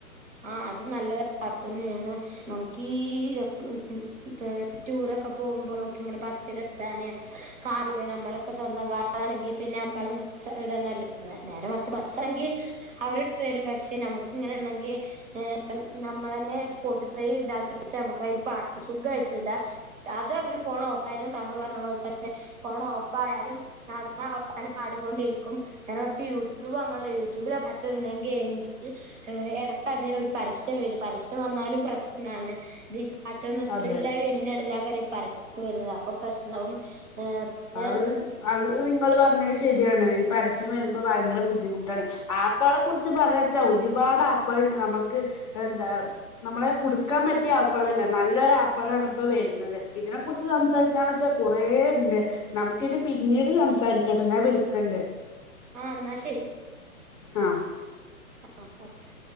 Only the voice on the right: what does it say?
ആഹ് അത് നല്ല ഒര് ആപ്പന്നെണ് നമുക്ക് ഈ ച്ച് പെ ടൂറൊക്കെ പോകുമ്പോ നമുക്ക് ഇങ്ങനെ ബസ്സല് ഇത്താനേ കാറില് നമ്മള് ഇപ്പ സ്വന്തം കാറാണെങ്കി പിന്നെ നമ്മള് ഇടണല്ലോ നേരെ മറിച്ച് ബസ്സാണെങ്കി അവര് ഇട്ട് - രും പക്ഷെ നമുക്ക ഇങ്ങനെ ഉണ്ടെങ്കി ഏഹ് നമ്മളന്നെ സ്പോട്ടിഫൈ ഇതാക്കിട്ട് നമ്മക്ക് അതില് പാട്ട് സുഖായിട്ട് ഇടാ അത് അങ്ങനെ സ്പോ ഫോൺ ഓഫായാലും താങ്കൾ പറഞ്ഞ പോലെ തന്നെ ഫോൺ ഓഫ് ആയാലും <unintelligible> തന്നെ പാടിക്കൊണ്ടിരിക്കും ഞാൻ കുറച്ച് യൂട്യൂബ് അങ്ങനെയുള്ള യൂട്യൂബില പട്ടിടണെങ്കിൽ എങ്കിൽ ഏഹ് എട അതിന് ഒരു പരസ്യം വരും പരസ്യം വന്നാലും പ്രശ്നാണ് ഇതിപ്പ പാട്ടൊന്നും നിർത്തലില്ല
ഈ വന്നിന്റെ ഇടെല് ആക്കാരി പരസ്യം വരുന്നതാ അപ്പൊ പ്രശ്നാവും പിന്നെ
ആഹ് എന്നാ ശരി
ആഹ് ഓക്കെ